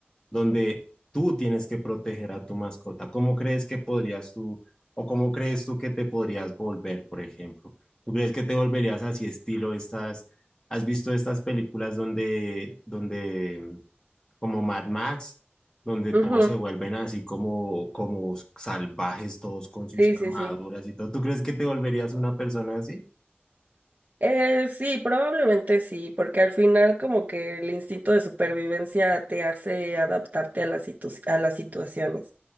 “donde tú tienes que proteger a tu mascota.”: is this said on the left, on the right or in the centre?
Left